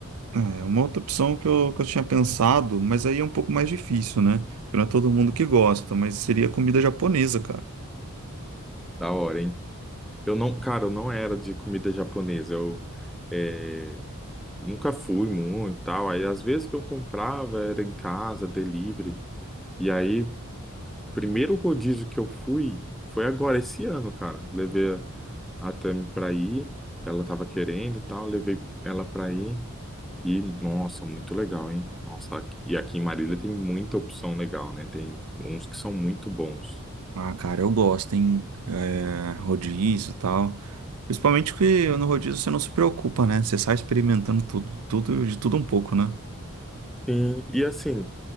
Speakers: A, on the right; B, in the centre.
A: É, uma outra opção que eu, que eu tinha pensado, mas aí é um pouco mais difícil, né? Não é todo mundo que gosta, mas seria comida japonesa, cara.
B: Da hora, hein? Eu não, cara, eu não era de comida japonesa. Eu, é, Nunca fui muito e tal. Aí às vezes que eu comprava era em casa, delivery. E aí, primeiro rodízio que eu fui foi agora esse ano, cara. Levei a Tami pra ir, ela tava querendo e tal, levei ela pra ir. E nossa, muito legal, hein? Nossa, aqui- e aqui em Marília tem muita opção legal, né? Tem uns que são muito bons.
A: Ah, cara, eu gosto, hein? É, rodízio e tal. Principalmente que no rodízio você não se preocupa, né? Você sai experimentando tudo, tudo, de tudo um pouco, né?
B: Sim, e assim,